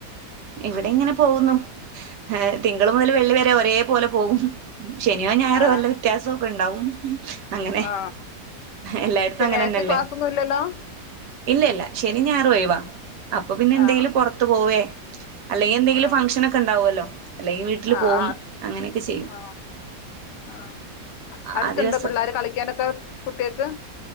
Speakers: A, on the right (about 75°); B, on the left (about 85°).
A: ഇവിടെ ഇങ്ങനെ പോകുന്നു തിങ്കൾ മുതൽ വെള്ളിിവരെ ഒരേ പോലെ പോകും ശനിയോ ഞായറോ
B: ആ
A: വല്ല വ്യത്യാസക്കെണ്ടാവും അങ്ങനെ
B: ആ
A: എല്ലായിടത്തും
B: ശനിയാഴ്ച
A: അങ്ങനെന്നല്ലേ
B: ക്ലാസ് ഒന്നും ഇല്ലല്ലോ
A: ഇല്ലല്ല ശരി ഞായ ഒഴിവാ അപ്പൊ പിന്നെ എന്തെലും
B: ആ
A: പുറത്ത് പോയേ അല്ലെങ്ക എന്തെലും
B: ആ
A: ഫങ്ക്ഷന് ഉണ്ടാവുമല്ലോ അല്ലെങ്കിൽ വീട്ടിൽ
B: ആ
A: പോവും
B: ആ
A: അങ്ങനെയൊക്കെ ചെയ്യും
B: ആ ആ അടുത്തണ്ട്
A: ആ ദിവസം
B: പിള്ളോര് കളിക്കാനൊക്കെ കുട്ടികൾക്ക്